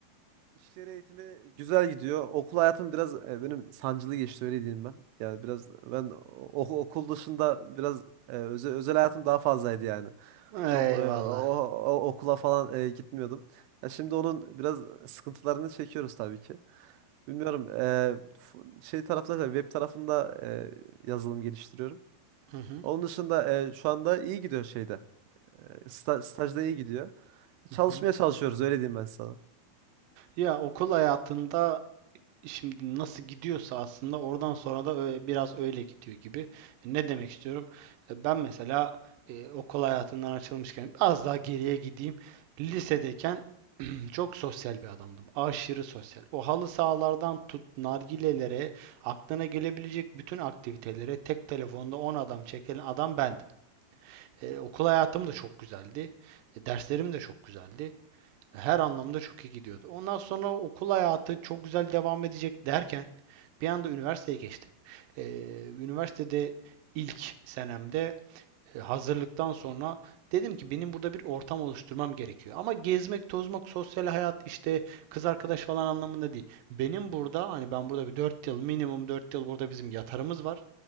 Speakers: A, on the right; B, on the right.
A: iş yeri eğitimi güzel gidiyor. Okul hayatım biraz eee, benim sancılı geçti öyle diyeyim ben. Yani biraz ben o- okul dışında biraz eee, özel, özel hayatım daha fazlaydı yani. Çok
B: Eyvallah.
A: eee, o, o- okula falan eee, gitmiyordum. Ya şimdi onun biraz sıkıntılarını çekiyoruz tabii ki. Bilmiyorum. eee, f- şey tarafında web tarafında eee, yazılım geliştiriyorum.
B: Hı hı.
A: Onun dışında eee, şu anda iyi gidiyor şeyde. Eee, sta- stajda iyi gidiyor.
B: Hı
A: Çalışmaya
B: hı.
A: çalışıyoruz öyle diyeyim ben sana.
B: Ya okul hayatında şimdi nasıl gidiyorsa aslında oradan sonra da ö- biraz öyle gidiyor gibi. E, Ne demek istiyorum? E, Ben mesela e, okul hayatından açılmışken az daha geriye gideyim. Lisedeyken <clears throat> çok sosyal bir adamdım. Aşırı sosyal. O halı sahalardan tut nargilelere, aklına gelebilecek bütün aktivitelere tek telefonda 10 adam çekilen adam bendim. E, okul hayatım da çok güzeldi. E, derslerim de çok güzeldi. Her anlamda çok iyi gidiyordu. Ondan sonra okul hayatı çok güzel devam edecek derken bir anda üniversiteye geçtim. Ee, üniversitede ilk senemde e, hazırlıktan sonra dedim ki benim burada bir ortam oluşturmam gerekiyor. Ama gezmek, tozmak, sosyal hayat işte kız arkadaş falan anlamında değil. Benim burada hani ben burada bir dört yıl minimum 4 yıl burada bizim yatarımız var.